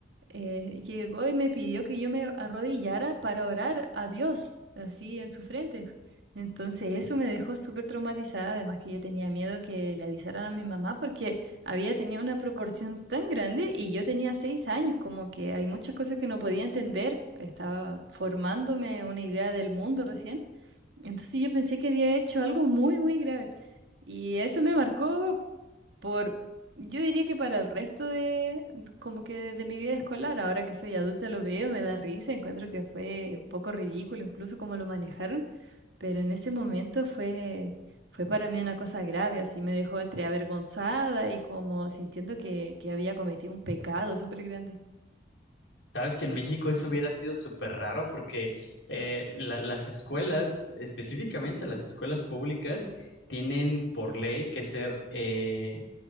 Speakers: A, on the right (about 80°); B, on the left (about 80°).
A: eh, llegó y me pidió que yo me arrodillara para orar a Dios, así en su frente. Entonces eso me dejó súper traumatizada, además que yo tenía miedo que le avisaran a mi mamá porque había tenido una proporción tan grande y yo tenía seis años, como que hay muchas cosas que no podía entender, estaba formándome una idea del mundo recién. Entonces yo pensé que había hecho algo muy, muy grave. Y eso me marcó por, yo diría que para el resto de, como que de mi vida escolar, ahora que soy adulta lo veo, me da risa, encuentro que fue un poco ridículo incluso cómo lo manejaron, pero en ese momento fue, fue para mí una cosa grave, así me dejó entre avergonzada y como sintiendo que, que había cometido un pecado súper grande.
B: Sabes que en México eso hubiera sido súper raro porque eh, la- las escuelas, específicamente las escuelas públicas, tienen por ley que ser eh,